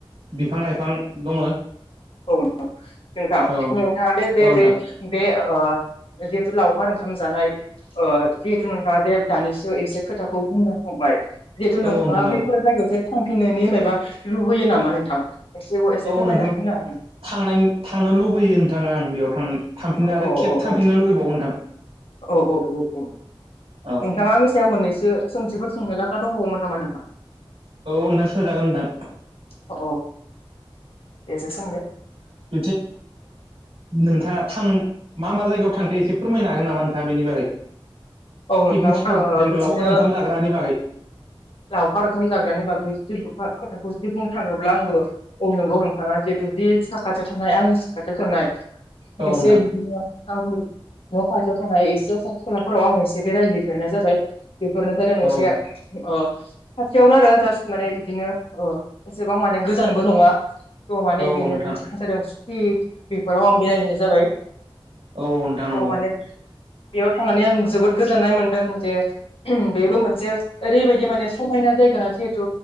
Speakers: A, on the right; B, on the left.
A: बिफां लाइफां दङ
B: औ औ नोंथां
A: औ
B: नोंथाङा दे जे
A: नोंथां
B: बे बे ओ जिहेतु लावखार ओंखाम जानाय ओ जिहेथु नोंथाङा जे दानिसो एसे खोथाखौ बुंना बाय जिहेथु
A: औ
B: नोंथाङा
A: नोंथां
B: बैफोर
A: औ
B: जायगायावसो थांफिननायनि माबा लुबैयो नामा नोंथां एसेव एसे
A: औ
B: फोरमायनानै
A: नोंथां
B: होनो हागो
A: थांनाय थांनो लुुबैयो नोंथां आं बेयाव थां थांफिननो
B: औ
A: आरो
B: औ
A: केब
B: औ
A: थांफिननो
B: औ
A: लुुबैबावो नोंथां
B: औ औ औ औ
A: औ
B: नोंथाङा सायाव मोननैसो सोंथिफोर सोंनो लाखा दंबावोमोन नामा नोंहा
A: औ नोंथां सोजागोन नोंथां
B: अ औ एसे सोंलाय
A: <inaudible> नोंथाङा थां मा मा जायगायाव थांखो फोरमायनो हागोन नामा नोंथाङा बेनि बागै
B: औ नोंथां
A: पिकनिक स्पट
B: आं
A: जेनेबा
B: बिदिनो
A: लावखार ओंखाम जाग्रानि बागै
B: लावखार ओंखाम जाग्रानि बागै खोथाखौ जुदि बुंनो थाङोब्ला आंबो औ नंगौ नोंथाङा जिहेथु जि साखाथियाव थानाय आंनि साखाथियाव थानाय
A: औ
B: एसे
A: नोंथां
B: बिदिनो आंनि न खाथियाव थानाय एसे खाथि खालाफोराव आं एसे एसे बेरायहैफेरानो जाबाय बेफोरनोथ जों
A: औ
B: एसे अ खाथियावनो आरो जास्ट माने बिदिनो ओ एसेबां माने गोजानबो नङा द माने
A: औ
B: बेनिफ्राय
A: नोंथां
B: ज जादों सुखि बेफोराव आं बेरायहैनाय जाबाय।
A: औ औ नोंथां
B: थ'
A: नंगौ।
B: माने बेयाव थांनानै आं जोबोद। गोजोन्नाय मोनदों जे बेबो मोनसे ओरैबायदि माने समायना जायगा जिहेतु